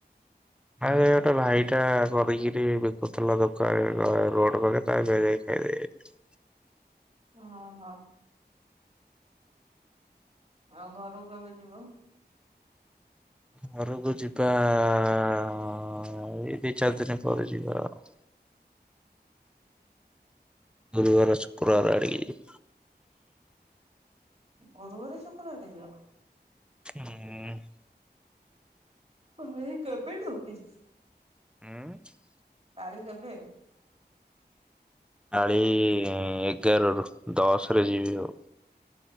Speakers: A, in the centre; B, on the right.
A: ଆ ଏ ଗୋଟେ ଭାଇଟା କରିକିରି ବି ବିକୁଥିଲା ଦୋକା ଏ ଘ ରୋଡ ପାଖରେ ତାଆରି ପାଖରେ ଯାଇ ଖାଇଦେଇ ଆଇଲି।
B: ଓହୋ। ଆଉ ଘରକୁ କେବେ ଯିବ?
A: ଘରକୁ ଯିବା ଆ ଏଇ ଦିଇଚାରି ଦିନ ପରେ ଯିବା ଆଉ। ଗୁରୁବାର ଶୁକ୍ରବାର ଆଡ଼ିକି।
B: ଗୁରୁବର ଚୋକଟେ ଅ।
A: ହୁଁ।
B: ହଇ କବେିଟ ହ ବି <unintelligible>
A: ହୁଁ।
B: ପାଳି କେବେ?
A: କାଳି ଏଗାରରୁ ଦଶରେ ଯିବି ଆଉ।